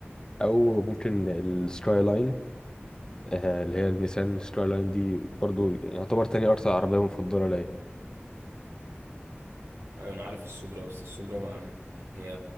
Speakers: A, on the left; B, on the right.
A: او ممكن السكاي لاين آه، اللي هي النيسان سكاي لاين دي برضو يعتبر تاني اكتر عربية مفضلة ليا
B: أيوة أنا عارف السوبرا بس السوبرا ما هي